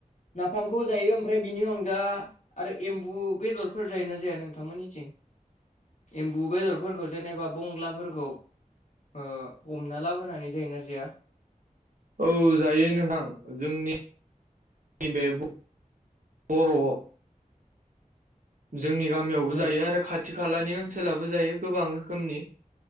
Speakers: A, on the left; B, on the right.
A: नाफाम खौ जायो ओमफ्राय बिनि अनगा आरो एम्बु बेदरफोर जायोना जाया नोंथांमोननिथिं एम्बु बेदरफोरखौ जेनेबा बंगलाफोरखौ ओ हमना लाबोनानै जायोना जाया
B: औ जायो नोंथां जोंनि नि बे बर' जोंनि गामियावबो जायो
A: ओ
B: आरो खा थि खालानि ओनसोलाबो जायो गोबां रोखोमनि